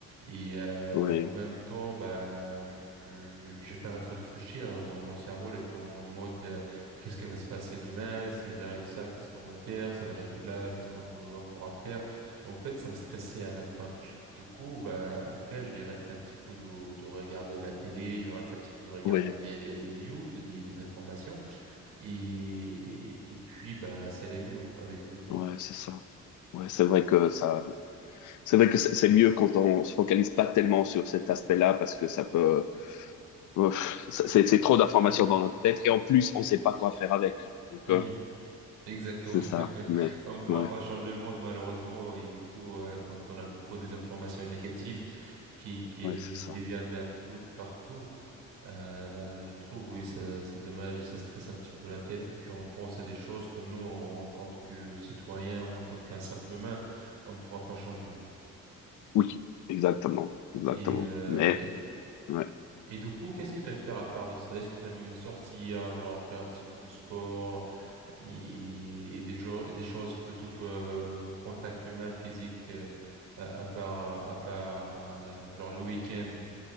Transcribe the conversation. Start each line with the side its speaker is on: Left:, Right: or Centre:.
Right: Et euh,
Left: Oui,
Right: en même temps, bah, je- j'ai j'ai pas arrêté de réfléchir. hein. Mon, mon cerveau il était en mode, euh, qu'est-ce qui va se passer demain? S'il arrive ça, qu'est-ce qu'on va faire? S'il arrive là, qu'est-ce qu'on va- on pourra faire? En fait, ça me stressait à la fin. Du coup, bah, après, j'ai raté un petit peu de, de regarder la télé, j'ai raté un petit peu de regarder
Left: oui,
Right: les, les, les news, les, les informations. Et, et puis, bah, ça allait mieux avec le temps.
Left: ouais, c'est ça. Ouais, c'est vrai que ça, c'est vrai que c'est c'est mieux quand on se focalise pas tellement sur cet aspect-là parce que ça peut, Ouf, ça- c'est c'est trop d'informations
Right: Mhm.
Left: dans notre tête et en plus, on sait pas quoi faire avec. Donc,
Right: Mhm.
Left: euh,
Right: Exactement.
Left: c'est
Right: <laughs>
Left: ça. Mais
Right: On ne pourra
Left: ouais,
Right: pas changer le monde, malheureusement. Et du coup, euh, quand on a beaucoup des informations négatives qui, qui,
Left: ouais, c'est ça.
Right: qui viennent d'un peu de partout, Euh, je trouve, oui, ça, c'est dommage, et ça stresse un petit peu la tête, et puis on pense à des choses que nous, en en tant que citoyens, ou en tant qu'un simple humain, on ne pourra pas changer.
Left: Oui, exactement, exactement.
Right: Et, euh,
Left: Mais
Right: et,
Left: ouais.
Right: et du coup, qu'est-ce que tu aimes faire à part de ça? Est-ce que tu aimes sortir, genre faire un petit peu de sport et, et des, jo- des choses plutôt euh, contact humain, physique, euh, à, à part, à part, enfin, euh, genre le week-end?